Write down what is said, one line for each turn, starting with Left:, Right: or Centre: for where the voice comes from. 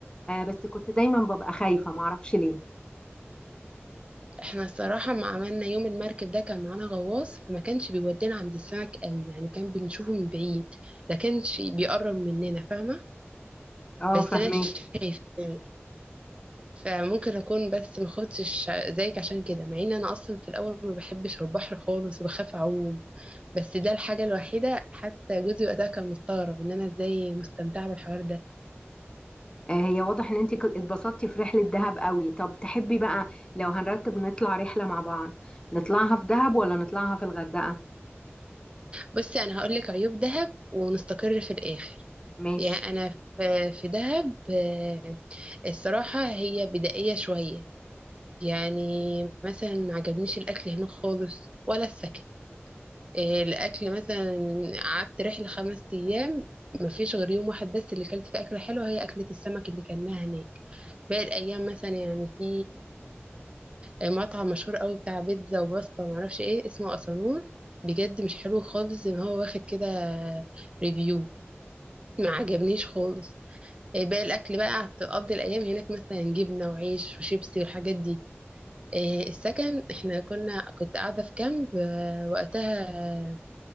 Left: آه، بس كنت دايما ببقى خايفه معرفش ليه
Right: احنا الصراحه ما عملنا يوم المركب ده كان معانا غواص فما كانش بيودينا عند السمك قوي يعني كان بنشوفه من بعيد ما كانش بيقرب مننا فاهمه
Left: اه
Right: بس
Left: فهماكي
Right: انا شايفه يعني، فممكن اكون بس ما خفتش زيك عشان كده مع ان انا اصلا في الاول ما بحبش البحر خالص وبخاف اعوم بس ده الحاجة الوحيدة حتى جوزي وقتها كان مستغرب ان انا ازاي مستمتعة بالحوار ده
Left: آه، هي واضح ان انتي ك- اتبسطتي في رحله دهب قوي طب تحبي بقى لو هنرتب نطلع رحله مع بعض نطلعها في دهب ولا نطلعها في الغردقه
Right: بصي انا هقولك عيوب دهب ونستقر في الاخر
Left: ماشي
Right: يعني انا في في دهب آه، الصراحة هي بدائية شوية يعني مثلا ما عجبنيش الاكل هناك خالص ولا السكن آه، الاكل مثلا قعدت رحلة خمس ايام مفيش غير يوم واحد بس اللي كلت فيه أكلة حلوة هي أكلة السمك اللي كلناها هناك باقي الأيام مثلا يعني في مطعم مشهور قوي بتاع بيتزا وباستا ومعرفش ايه اسمه أسانور بجد مش حلو خالص ان هو واخد كده ريفيو ما عجبنيش خالص آه، باقي الاكل بقى هتقضي الايام هناك مثلا جبنه وعيش وشيبسي والحاجات دي آه، السكن احنا كنا كنت قاعده في كامب آه، وقتها